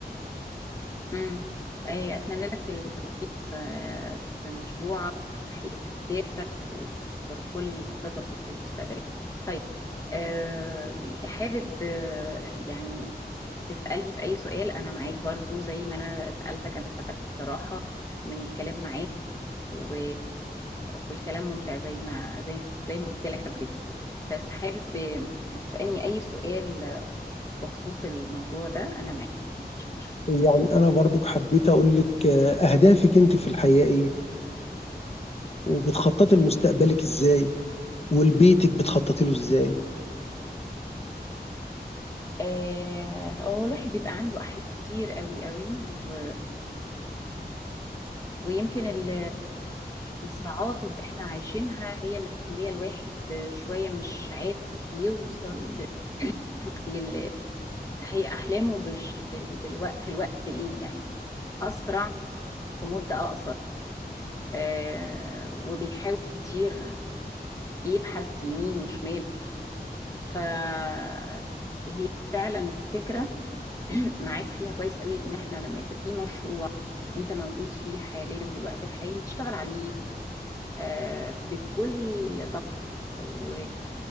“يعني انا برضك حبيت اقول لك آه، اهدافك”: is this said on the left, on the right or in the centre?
Left